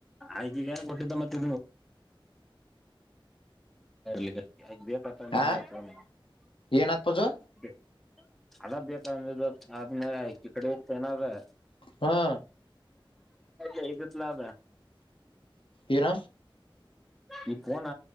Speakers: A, in the centre; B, on the left (about 70°).
A: ಆಗ ಕೊಟ್ಟಿದ್ದ ಮತ್ತೆ ಇದ <inaudible> ಸ್ತಂತ್ರ
B: ಆ
A: ಅೆ
B: ಏನತ್ ಪೂಜು
A: <inaudible> ಅದ ಬೇಕಂದ ಆದ್ಮೇಲೆಕ್ಕಿ ಕಡೆ ಇತ ನಾದ್ರ <inaudible>
B: ಹಾ
A: ೋ ಇಗತ್ಲ ಅದ
B: ಇರ
A: ಈ ಫೋನ